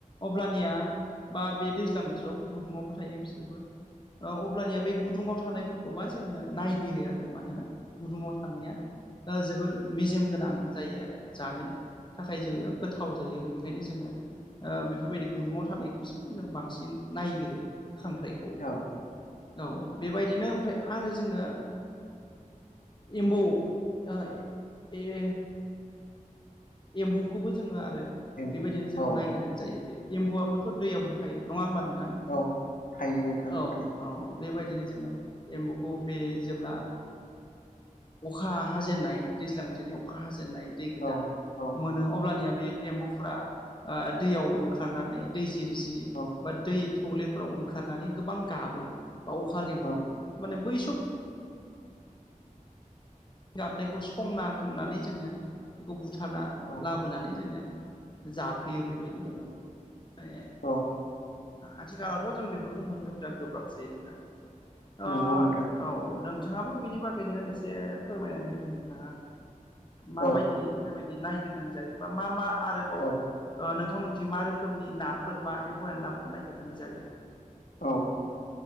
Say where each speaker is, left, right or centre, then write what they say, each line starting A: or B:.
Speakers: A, on the left (about 35°); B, on the left (about 75°).
A: अब्लानिया बा बे दैज्लां बोथोरावबो गुदुङावबो थायो बिसोरबो अब्लानिया बे गुद गुदुङाव थानायफोरखौबा जोङो नायगिरो आरो मानोना गुदुङाव थानाया जोबोर मेजेम गोनां जायो आरो जानो थाखाय जोङ गोथाव जायो बेनिखायनो जोङो
B: औ
A: बेफोरबायदि गुदुङाव थानायखौसो जों बांसिन नायगिरो खांख्राइखौ
B: औ
A: औ बेबायदिनो ओमफ्राय आरो जोङो एम्बौ ओ ए एम्फुखौबो जोङो
B: एम्फौ
A: आरो बेबायदिनो जोङो
B: औ
A: नायगिर जायो बे एम्बुआबोथ' दैयावनो थायो नङा हबा नोंथां
B: औ थायो नोंथां
A: औ
B: थायो
A: औ बेबायदिनो जोङो एम्बुखौ बे जेब्ला ओ अखा हाजेननाय दैज्लां बोथोरनि अखा हाजेननाय दै
B: औ
A: दा
B: औ
A: मोनो अब्लानिया बे एम्बुफोरा ओ दैयाव ओंखारनानै दैजि दै जिरि
B: औ
A: बा दै थौलेफोराव ओंखारनानै गोबां गाबो बा अखा लेंहरो।
B: औ
A: माने बै स गाबनायखौ संना थांनानै जोङो बेखौ बुथारना
B: औ
A: लाबोनानै जोङो जाफैयो बेबायदि दङ मे
B: औ
A: आथिखालावथ' जों बेफोरखौ मोननो बिराद गोब्राबसै नोंथां अ ओ
B: नंगौ नोंथां
A: औ नों नोंथाङाबो बेनि बागैनो एसे फोरमायनानै होदो नोंथाङा माबायदि
B: औ
A: बेबायदि नायगिरनानै जायोबा मा मा आरो
B: औ
A: नोंथांमोनथिं मा रोखोमनि नाफोर बा एम्फौ एनलाफोर नायगिरनानै जायो
B: औ